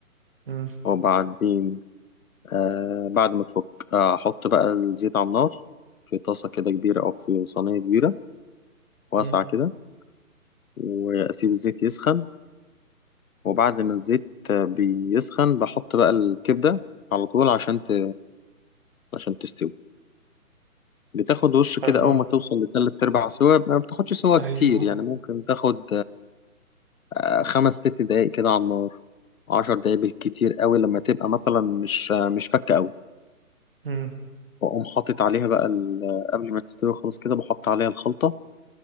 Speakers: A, on the right; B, on the left.
A: مم.
B: وبعدين آه بعد ما تفك آه، أحط بقى الزيت على النار في طاسة كده كبيرة أو في صينية كبيرة واسعة
A: مم.
B: كده وأسيب الزيت يسخن وبعد ما الزيت آه، بيسخن بحط بقى الكبدة على طول عشان ت... عشان تستوي بتاخد وش كده
A: حلو
B: أول ما توصل لتلات أرباع سوا ما بتاخدش سوا
A: أيوه
B: كتير يعني ممكن تاخد آه، خمس ست دقايق كده على النار عشر دقايق بالكتير قوي لما تبقى مثلا مش آه، مش فكة قوي
A: مم.
B: وأقوم حاطط عليها بقى ال- قبل ما تستوي خلاص كده بحط عليها الخلطة